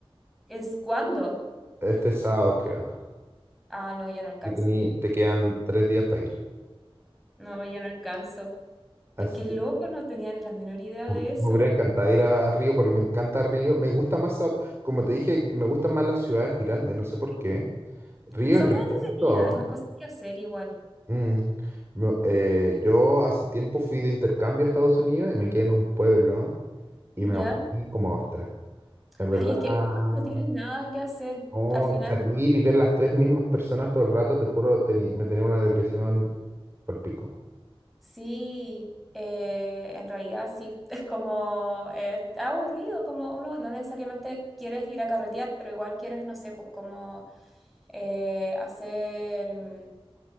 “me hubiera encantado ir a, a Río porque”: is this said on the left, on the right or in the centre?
Right